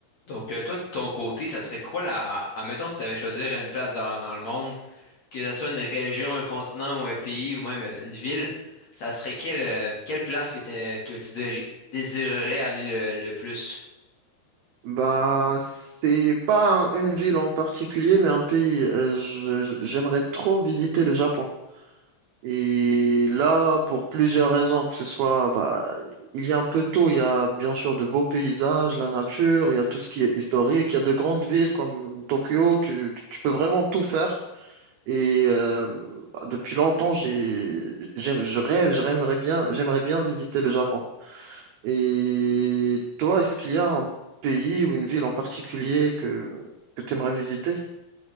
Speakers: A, on the left (about 50°); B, on the right (about 85°).
A: Donc, euh, toi, de ton côté, ça serait quoi la... Admettons, si tu avais choisi une place dans, dans le monde, que ce soit une région, un continent ou un pays ou même euh, une ville, ça serait quelle, euh, quelle place que, t'es- que tu dé- désirerais aller le, le plus?
B: Bah, c'est pas un- une ville en particulier, mais un pays. Euh, je- j'aimerais trop visiter le Japon. Et là, pour plusieurs raisons, que ce soit, bah, il y a un peu tout. Il y a bien sûr de beaux paysages, la nature, il y a tout ce qui est historique, il y a de grandes villes comme Tokyo. Tu, tu- tu peux vraiment tout faire. Et euh, bah, depuis longtemps, j'ai, j'aime- je rêve, j'aimerais bien, j'aimerais bien visiter le Japon. Et toi, est-ce qu'il y a un pays ou une ville en particulier que, que tu aimerais visiter?